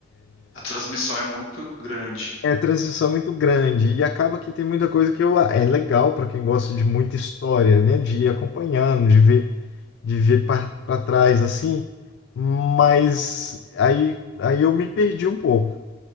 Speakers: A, on the left; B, on the left.
A: a transmissão é muito grande.
B: É a transição é muito grande e acaba que tem muita coisa que eu, é legal para quem gosta de muita história, né? De ir acompanhando, de ver de ver para trás assim, mas aí, aí eu me perdi um pouco.